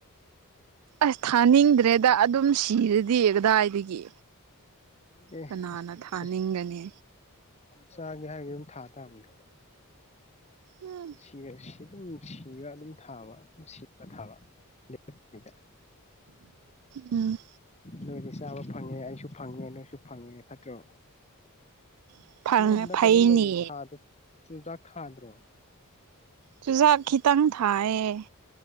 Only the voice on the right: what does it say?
ꯑꯁ ꯊꯥꯅꯤꯡꯗ꯭ꯔꯦꯗ ꯑꯗꯨꯝ ꯁꯤꯔꯗꯤ ꯀꯗꯥꯏꯗꯒꯤ
ꯀꯅꯥꯅ
ꯊꯥꯅꯤꯡꯒꯅꯤ
ꯎꯝ
ꯎꯝ
ꯎꯝ
ꯐꯩꯅꯦ
ꯆꯨꯖ ꯇꯪ ꯊꯥꯏꯌꯦ